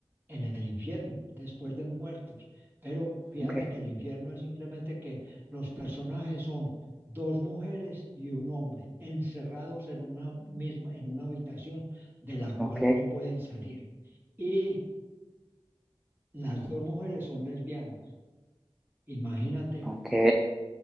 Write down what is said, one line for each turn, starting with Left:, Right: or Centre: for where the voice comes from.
Right: en el infierno, después de muertos. Pero fíjate
Centre: ok,
Right: que el infierno es simplemente que los personajes son dos mujeres y un hombre encerrados en una misma, en una habitación de la cual
Centre: ok,
Right: no pueden salir. Y las dos mujeres son lesbianas. Imagínate
Centre: ok,